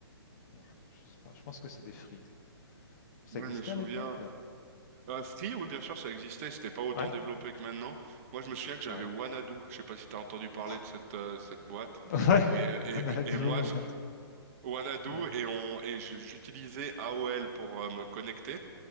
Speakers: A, on the left (about 40°); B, on the right (about 35°).
A: Ouais, je sais pas, je pense que c'était free. Ça
B: Moi,
A: existait
B: je me souviens,
A: à l'époque?
B: euh, Free, oui, bien sûr, ça existait, c'était pas autant
A: Ouais,
B: développé que maintenant. Moi, je me souviens que j'avais
A: ouais.
B: Wanadu. Je sais pas si t'as entendu parler
A: <laughs>
B: de cette, euh, cette boîte.
A: Ouais,
B: Et, et,
A: Xanadu.
B: et moi,
A: Ouais,
B: ce Wanadu
A: ouais,
B: et on et j- j'utilisais AOL pour euh, me connecter.